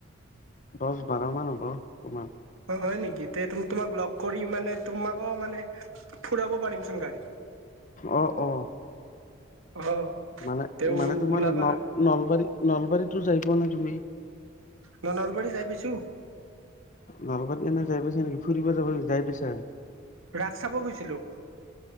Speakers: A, on the left; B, on the right.
A: দহ বাৰ মান হ'ব, অকমান
B: অ হয় নেকি এ তোমাক লগ কৰি মানে তোমাকো মানে ফুৰাব পাৰিমচোন গাড়ী
A: অ' অ'।
B: অ'।
A: মানে
B: তেও
A: মানে তোমাৰ
B: ওলাবা
A: ন নলবাৰীত, নলবাৰীতো যাই পোৱা নাই তুমি?
B: ন নলবাৰী যাই পাইছোঁ।
A: নলবাতী এনে যাই পাইছা নেকি ফুৰিব যাব যাই পাইছা
B: ৰাস চাব গৈছিলো